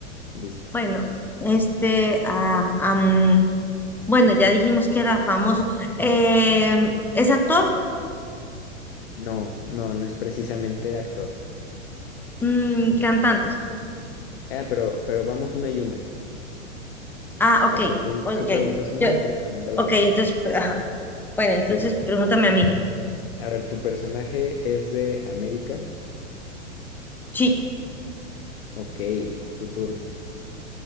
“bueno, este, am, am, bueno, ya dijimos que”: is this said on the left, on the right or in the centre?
Centre